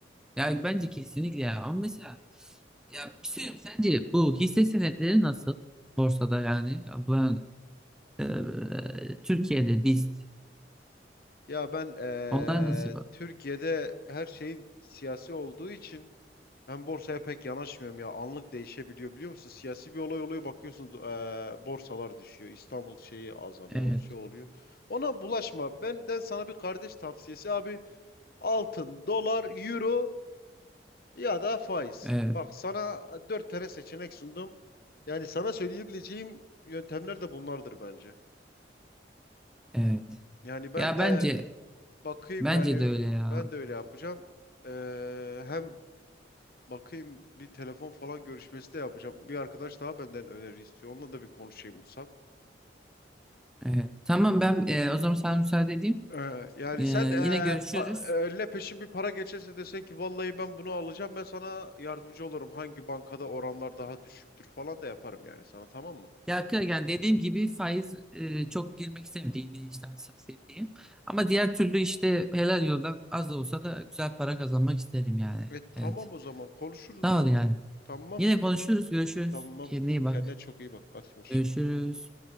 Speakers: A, in the centre; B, on the left.
A: ya bence kesinlikle ya ama mesela ya bir şey söyleyeyim, sence bu hisse senetleri nasıl borsada yani ben e, Türkiye'de biz
B: Ya ben eee,
A: onlar nasıl bu?
B: Türkiye'de her şeyin siyasi olduğu için ben borsaya pek yanaşmıyorum ya. Anlık değişebiliyor biliyor musun? Siyasi bir olay oluyor bakıyorsun eee, borsalar düşüyor. İstanbul şeyi azalıyor
A: Evet,
B: şey oluyor. Ona bulaşma. Benden sana bir kardeş tavsiyesi abi. Altın, dolar, euro ya da faiz.
A: evet,
B: Bak sana dört tane seçenek sundum. Yani sana söyleyebileceğim yöntemler de bunlardır bence.
A: evet.
B: Yani ben
A: Ya
B: de
A: bence
B: bakayım
A: bence
B: yani
A: de öyle ya.
B: ben de öyle yapacağım. Ee, hem bakayım bir telefon falan görüşmesi de yapacağım. Bir arkadaş daha benden öneri istiyor. Onunla da bir konuşayım Musab.
A: Evet. Tamam ben e, o zaman sana müsaade edeyim.
B: Ee, yani
A: E,
B: sen e,
A: yine görüşürüz.
B: pa- eline peşin bir para geçerse desen ki vallahi ben bunu alacağım ben sana yardımcı olurum. Hangi bankada oranlar daha düşüktür falan da yaparım yani sana tamam mı?
A: Ya kı- yani dediğim gibi faiz e, çok girmek istemediğini işte hassasiyetliyim. Ama diğer türlü işte helal yoldan az da olsa da güzel para kazanmak isterim yani.
B: E tamam
A: Evet.
B: o zaman konuşuruz.
A: Sağ ol yani.
B: Tamam.
A: Yine konuşuruz, görüşürüz.
B: Tamam.
A: Kendine iyi bak.
B: Kendine çok iyi bak. Hadi hoşça
A: Görüşürüz.
B: kal.